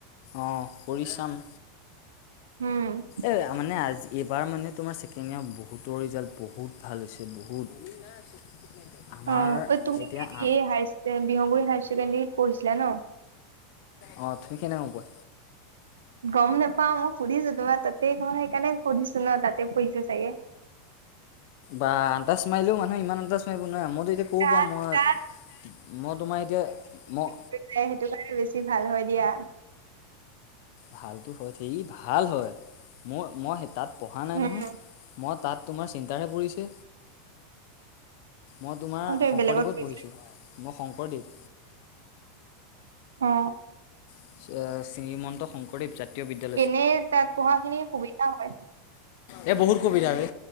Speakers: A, on the left; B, on the right.
A: অ কৰি চাম।
B: উম
A: এইয়া মানে আজি এইবাৰ মানে তোমাৰ ছেকেনিয়ত বহুতৰ ৰিজাল্ট বহুত ভাল হৈছে বহুত। আমাৰ
B: অ ঐ তুমি
A: এতিয়া
B: হেৰি এই হাইচ বিহংগৈ হাই ছেকেণ্ডেৰীত পঢ়িছিলা ন।
A: অ তুমি কেনেকে গম পোৱা।
B: গম নাপাও মই সুধিছো তোমাৰ তাতেই ঘৰ সেইকাণে সুধিছো ন তাতে পঢ়িছা চাগে।
A: বা আন্টাছ মাৰিলেও মানুহে ইমান আন্টাছ মায়িব নোৱায় মইতো এতিয়া সৌ
B: তাত
A: পা ময়ত
B: তাত
A: মই তোমাৰ এতিয়া ম
B: সেটোৱে সেটো কাৰণে বেছি ভাল হয় দিয়া।
A: ভালটো হয় ধেয়ি ভাল হয় মই মই তাত পঢ়া
B: উম
A: নাই নহয়। মই তাত তোমাৰ চেন্তাৰহে পৰিছে। মই তোমাৰ
B: তুমি
A: শংকৰদেৱত
B: বেলেগত পঢ়িছিলা
A: পঢ়িছো অ মই শংকৰদেৱ।
B: অ
A: এ শ্ৰীমন্ত শং কৰদেৱ জাতীয় বিদ্যা
B: এনেই তাত পঢ়া খিনি সুবিধা হয়।
A: এ বহুত সুবিধা বে